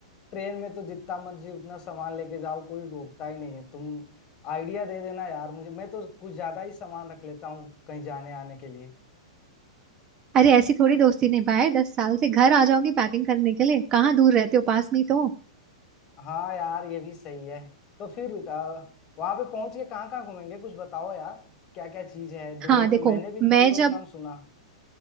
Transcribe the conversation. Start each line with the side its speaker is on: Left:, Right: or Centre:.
Left: ट्रेन में तो जितना मर्जी उतना सामान लेके जाओ कोई रोकता ही नहीं है तुम आइडिया दे देना यार मुझे मैं तो कुछ ज्यादा ही सामान रख लेता हूँ कहीं जाने आने के लिए
Right: अरे ऐसी थोड़ी दोस्ती निभाए दस साल से घर आ जाओगी पैकिंग करने के लिए कहाँ दूर रहते हो पास में ही तो
Left: हाँ यार ये भी सही है तो फिर वहां पे पहुंच के कहाँ कहाँ घूमेंगे कुछ बताओ यार क्या क्या चीज है दुबई
Right: हाँ
Left: में
Right: देखो
Left: मैंने भी
Right: मैं
Left: थोड़ी बहुत
Right: जब
Left: नाम सुना